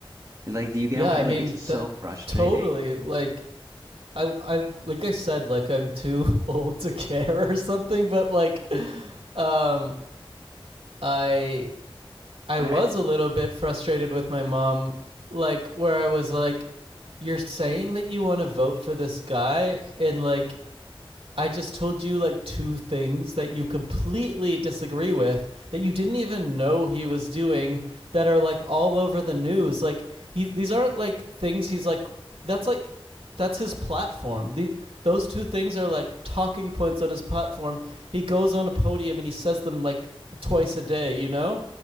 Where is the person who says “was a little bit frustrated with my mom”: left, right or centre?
Right